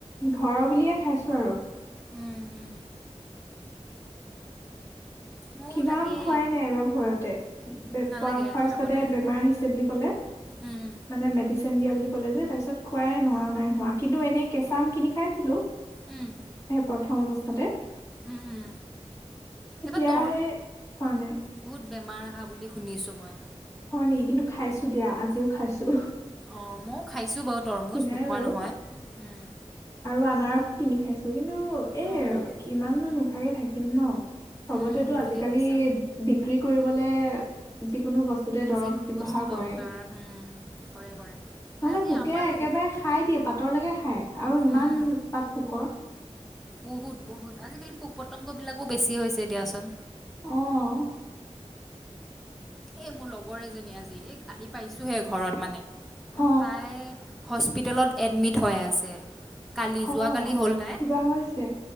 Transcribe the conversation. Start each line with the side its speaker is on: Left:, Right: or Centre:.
Left: ঘৰৰ বুলিয়ে খাইছো আৰু।
Centre: উম- উম। ময়ো
Left: কিনা
Centre: তাকেই
Left: আম খোৱাই নাই এবাৰ ভয়তে।
Centre: নালাগে
Left: ফাৰ্ষ্টতে
Centre: খাব নালাগে।
Left: বেমাৰ আহিছে বুলি ক'লে
Centre: উম,
Left: মানে মেডিচিন দিয়া বুলি ক'লে যে, তাৰপিছত খোৱাই ন নাই হোৱা, কিন্তু এনেই কেঁচা আম কিনি খাইছিলোঁ।
Centre: উম,
Left: এই প্ৰথম বচ তাতে
Centre: উম- উম,
Left: এতিয়া
Centre: এবাৰ তৰ
Left: সেই খোৱা নাই।
Centre: বেমাৰ অহা বুলি শুনিছোঁ মই।
Left: হয় নেকি, কিন্তু খাইছো দিয়া আজিও খাইছো।
Centre: অঁ মইও খাইছো বাও তৰমুজ
Left: কিনাই
Centre: নোখোৱা
Left: বাৰু
Centre: নহয়। উম।
Left: আৰু আনাৰস কিনি খাইছো, কিন কিন্তু এ
Centre: অ'
Left: কিমাননো নোখাৱাকে থাক ইম ন। ছবতেতো
Centre: উম,
Left: আজিকালি
Centre: ঠিকে কৈছা।
Left: বিক্ৰী কৰি বোলে, যিকোনো বচ টোতে দৰব
Centre: যিকোনো
Left: ব্যৱহাৰ
Centre: বস্তু
Left: কৰে,
Centre: দৰকাৰ উম, কৰে কৰে
Left: নহ'লে
Centre: আজি
Left: পোকে
Centre: আমাৰো
Left: একেবাৰে খাই দিয়ে পাতৰলৈকে খায়। আৰু ইমান
Centre: উম,
Left: পাট পোকৰ।
Centre: বহুত- বহুত আজিকালি পোক পতংগ বিলাকো বেছি হৈছে দিয়াচোন।
Left: অঁ।
Centre: এ মোৰ লগৰ এজনী আজি, এই আহি পাইছোহে ঘৰত মানে।
Left: অ
Centre: তাইয়ে হস্পিতেলত এডমিট হৈ আছে। কালি
Left: অঁ
Centre: যোৱাকালি হ'ল তাই
Left: কিবা হৈছে।